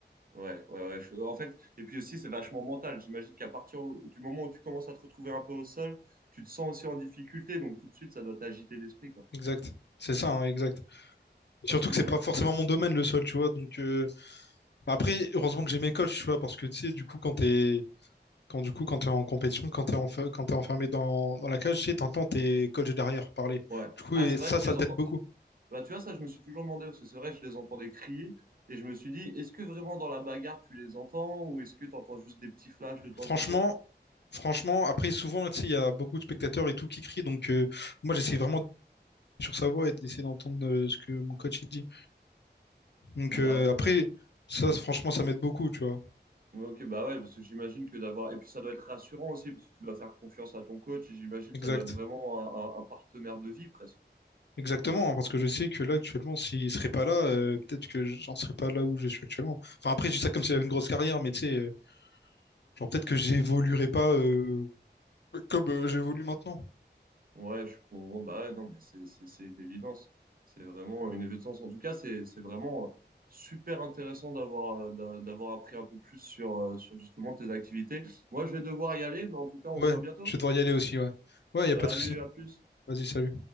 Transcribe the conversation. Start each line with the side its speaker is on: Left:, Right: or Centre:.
Right: Ouais, ouais, ouais. je- en fait, et puis aussi, c'est vachement mental. J'imagine qu'à partir au- du moment où tu commences à te retrouver un peu au sol, tu te sens aussi en difficulté. Donc, tout de suite, ça doit t'agiter l'esprit, quoi.
Left: Exact. C'est ça, hein, exact.
Right: Parce
Left: Surtout
Right: que
Left: que
Right: c'est
Left: c'est pas
Right: vrai.
Left: forcément mon domaine le sol, tu vois. Donc euh, bah après, heureusement que j'ai mes coachs, tu vois, parce que tu sais, du coup, quand t'es quand du coup quand t'es en compétition, quand t'es enfe- quand t'es enfermé dans, dans la cage, tu sais, t'entends tes coachs derrière parler.
Right: Ouais.
Left: Du coup,
Right: Ah,
Left: et
Right: c'est
Left: ça,
Right: vrai, tu
Left: ça
Right: les
Left: t'aide
Right: entends.
Left: beaucoup.
Right: Bah, tu vois, ça, je me suis toujours demandé, parce que c'est vrai, je les entendais crier. Et je me suis dit, est-ce que vraiment dans la bagarre, tu les entends? Ou est-ce que tu entends juste des petits flashs de temps
Left: Franchement,
Right: en temps?
Left: franchement, après souvent, tu sais, il y a beaucoup de spectateurs et tout qui crient. Donc euh, moi, j'essaie vraiment d'être sur sa voix et d'essayer d'entendre euh, ce que mon coach il dit. Donc euh,
Right: D'accord.
Left: après, ça, franchement, ça m'aide beaucoup, tu vois.
Right: Ouais, Ok, bah ouais, parce que j'imagine que d'avoir. Et puis, ça doit être rassurant aussi, parce que tu dois faire confiance à ton coach. Et j'imagine que
Left: Exact.
Right: ça doit être vraiment un un- un partenaire de vie, presque.
Left: Exactement, hein, parce que je sais que là actuellement, s'il serait pas là, euh, peut-être que j'en serais pas là où je suis actuellement. Enfin après, je dis ça comme s'il avait une grosse carrière, mais tu sais, euh, genre peut-être que j'évoluerais pas euh, comme euh, j'évolue maintenant.
Right: Ouais, je comprends. Bah ouais, non, mais c'est c'est- c'est une évidence. C'est vraiment une évidence. En tout cas, c'est c'est vraiment euh, super intéressant d'avoir euh, d'a- d'avoir appris un peu plus sur, euh, sur justement tes activités. Moi, je vais devoir y aller, mais en tout cas, on
Left: Ouais,
Right: se voit bientôt.
Left: je vais devoir y aller aussi, ouais. Ouais,
Right: Salut,
Left: y a pas de souci.
Right: à plus.
Left: Vas-y, salut.